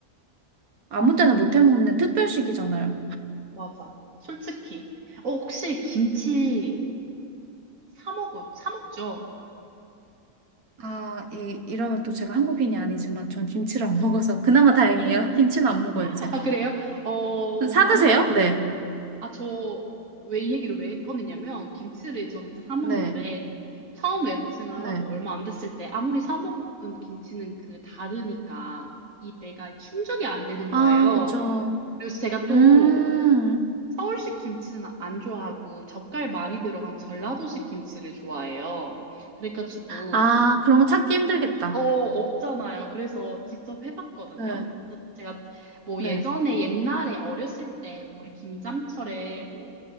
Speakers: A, on the right; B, on the right.
A: 아무
B: 한국,
A: 때나 못해 먹는 특별식이잖아요.
B: 맞아. 솔직히. 어, 혹시 김치 사 먹어? 사 먹죠?
A: 아, 이, 이러면 또 제가 한국인이 아니지만 전 김치를 안 먹어서 그나마 다행이에요. <laughs> 김치는 안 먹어요,
B: <laughs>
A: 제가.
B: 아, 그래요? 어,
A: 사
B: 나머지,
A: 드세요? 네.
B: 아, 저, 왜 이 얘기를 왜 꺼내냐면, 김치를 저는 이제 사 먹는데,
A: 네.
B: 처음 외국 생활하고
A: 네.
B: 얼마 안 됐을 때, 아무리 사 먹은 김치는 그 다르니까, 이 내가 충족이 안 되는
A: 아,
B: 거예요.
A: 그쵸.
B: 그리고 제가 또,
A: 음.
B: 서울식 김치는 안 좋아하고, 젓갈 많이 들어간 전라도식 김치를 좋아해요. 그래가지고,
A: 아, 그런 거 찾기 힘들겠다.
B: 어, 없잖아요. 그래서 직접 해봤거든요.
A: 네.
B: 근데 제가 뭐
A: 네.
B: 예전에 옛날에 어렸을 때 뭐 우리 김장철에 뭐